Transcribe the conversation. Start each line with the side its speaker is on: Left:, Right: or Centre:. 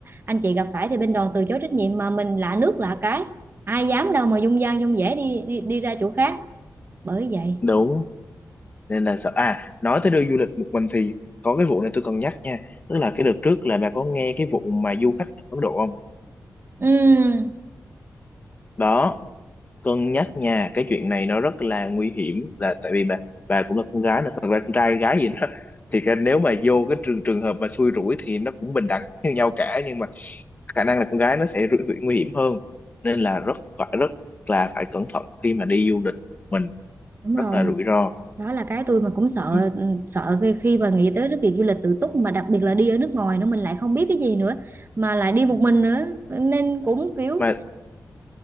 Right: anh chị gặp phải thì bên đoàn từ chối trách nhiệm mà mình lạ nước lạ cái ai dám đâu mà dung dang dung dẻ đi đi, đi ra chỗ khác bởi vậy
Left: đúng nên là sợ à nói tới đưa du lịch một mình thì có cái vụ này tôi cần nhắc nha tức là cái đợt trước là bà có nghe cái vụ mà du khách Ấn Độ không
Right: ừ
Left: đó cân nhắc nha cái chuyện này nó rất là nguy hiểm là tại vì bà bà cũng là con gái nữa thật ra con trai gái gì đó <laughs> thì cái, nếu mà vô cái trường trường hợp mà xui rủi thì nó cũng bình đẳng như nhau cả nhưng mà khả năng là con gái nó sẽ rủi, rủi, nguy hiểm hơn nên là rất phải rất là phải cẩn thận khi mà đi du lịch mình
Right: đúng
Left: rất
Right: rồi
Left: là rủi ro
Right: đó là cái tôi mà cũng sợ
Left: Ừ.
Right: ừ, sợ khi khi mà nghĩ tới cái việc du lịch tự túc mà đặc biệt là đi ở nước ngoài nữa mình lại không biết cái gì nữa mà lại đi một mình nữa nên cũng kiểu
Left: mà